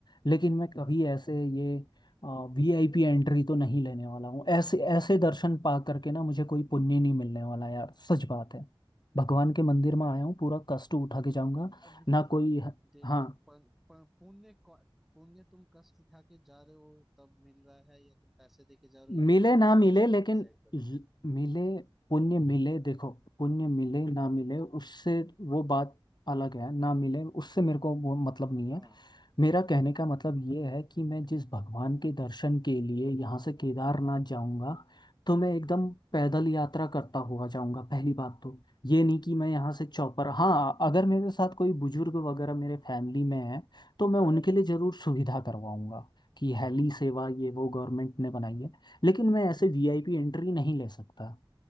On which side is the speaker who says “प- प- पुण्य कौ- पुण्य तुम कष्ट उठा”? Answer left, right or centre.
Centre